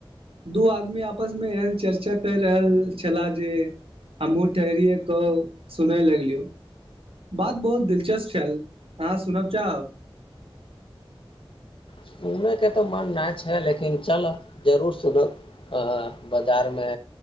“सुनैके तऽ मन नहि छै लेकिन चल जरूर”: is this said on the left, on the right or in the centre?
Left